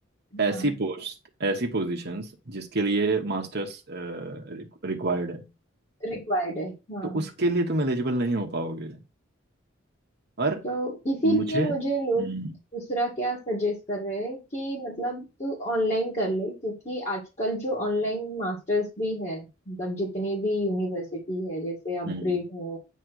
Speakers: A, on the left (about 35°); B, on the right (about 55°).
A: हाँ
B: ऐसी पोस्ट ऐसी पोजीशंस जिसके लिए मास्टर्स रिक्वायर्ड है
A: रिक्वायर्ड है हाँ
B: तो उसके लिए तुम एलिजिबल नहीं हो पाओगे और
A: तो इसीलिए
B: मुझे हम्म
A: मुझे लोग दूसरा क्या सजेस्ट कर रहे हैं कि मतलब तू ऑनलाइन कर ले क्योंकि आजकल जो ऑनलाइन मास्टर्स भी है मतलब जितनी भी यूनिवर्सिटी है जैसे अपग्रेड
B: हम्म
A: है